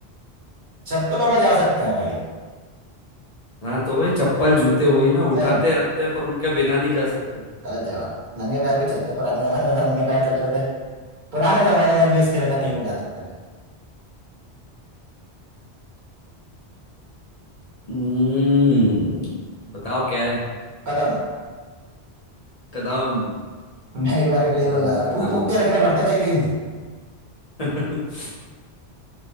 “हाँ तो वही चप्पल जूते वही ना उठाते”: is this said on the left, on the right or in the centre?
Left